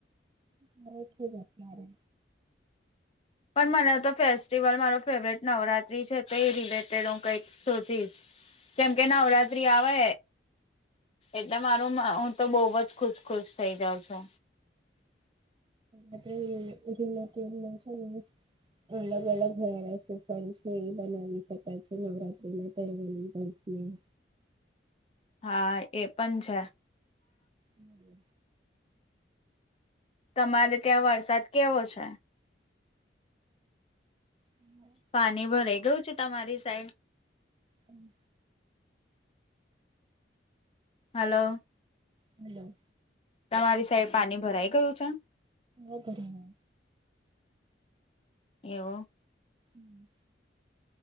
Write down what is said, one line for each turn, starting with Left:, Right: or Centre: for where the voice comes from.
Right: ના સ છે જ અત્યારે.
Left: પણ મને તો ફેસ્ટિવલ મારો ફેવરેટ નવરાત્રી છે તો એ રિલેટેડ હું કંઈક. ોચીશ કેમ કે નવરાત્રી આવે એદ મારું હું. તો બહુ જ ખુશ ખુશ થઇ જાવ છો.
Right: આપડે હ એલા કે એ શોને. અલગ અલગ રહેળ છે ફણ છે એ બનાવી શકાય છે નવત્રી ના તની પણ. હમ.
Left: હા એ પણ છે.
Right: હમ
Left: તમારે ત્યાં વરસાદ કેવો છે.
Right: હમ.
Left: પાણી ભરાઈ ગયું છે તમારી સાઈડ?
Right: હમ.
Left: હાલો.
Right: હલો.
Left: તમારી સાઈડ પાણી ભરાઈ ગયું છે.
Right: ઓ બરા.
Left: એવું.
Right: હમ.